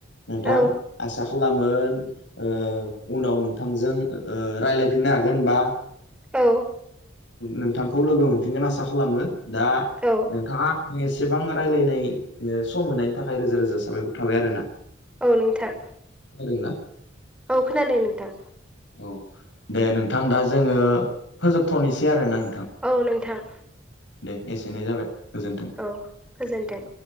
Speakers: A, on the left; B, in the centre.
A: नोंथां
B: औ
A: आसा खालाम मोन ओ उनाव नोंथांजों ओ रायज्लायफिननो हागोन होनबा
B: औ
A: नोंथांखौ लोगो मोनफिनगोन आसा खालामो दा
B: औ
A: नोंथांआ <unintelligible> एसेबां रायलायनाय सम होनायनि थाखाय रोजा रोजा साबायखर थाबाय आरोना।
B: औ नोंथां
A: <unintelligible>
B: औ खोनादों नोंथां।
A: औ दे नोंथां दा जोङो फोजोबथ'निसै आरो नों
B: औ नोंथां
A: एसेनो जाबाय गोजोन्थों
B: औ गोजोनथों